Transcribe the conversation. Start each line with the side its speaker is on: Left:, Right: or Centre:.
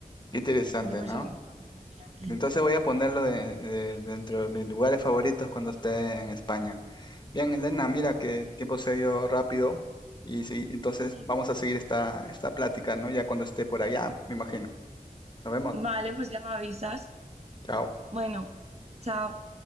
Left: Qué Interesante,
Right: Yo por
Left: ¿no?
Right: eso me gusta mucho vivir aquí.
Left: Entonces voy a ponerlo de- de- dentro de mis lugares favoritos cuando esté en España. Bien, Elena, mira que el tiempo se ha ido rápido y sí, entonces
Right: <laughs> Sí.
Left: vamos a seguir esta, esta plática, ¿no? Ya cuando esté por allá, me imagino. Nos vemos.
Right: Vale, pues ya me avisas.
Left: Chao.
Right: Bueno, chao.